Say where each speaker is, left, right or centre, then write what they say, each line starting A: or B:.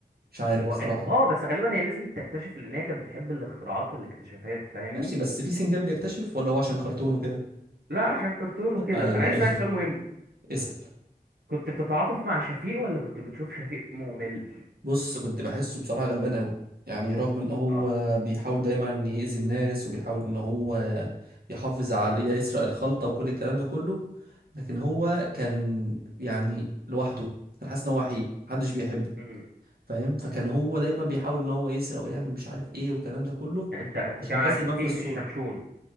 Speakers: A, on the right; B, on the right.
A: مش عارف بصراحة
B: هو ال- اه بس غالبا هي نزلت تكتشف لان هي كانت بتحب الاختراعات والاكتشافات فاهمني
A: ماشي بس في سنجاب بيكتشف ولا هو عشان كرتون وكده
B: لا عشان كرتون وكده
A: <laughs> ايوه
B: انا عايز
A: ايوه
B: اسالك سؤال مهم
A: اسأل
B: كنت بتتعاطف مع شفيق ولا كنت بتشوف شفيق ممل
A: بص كنت بحسه بصراحة غلبان قوي يعني رغم ان هو
B: اه
A: بيحاول دايما يأذي الناس وبيحاول ان هو يحافظ على يسرق الخلطة وكل الكلام ده كله لكن هو كان يعني لوحده كان حاسس ان هو وحيد محدش بيحبه
B: امم
A: فاهم فكان هو دايما بيحاول ان هو يسرق ويعمل مش عارف ايه والكلام ده كله
B: انت انت
A: عشان
B: كان على
A: بس
B: شفيق
A: يبان في الصورة
B: مش شمشون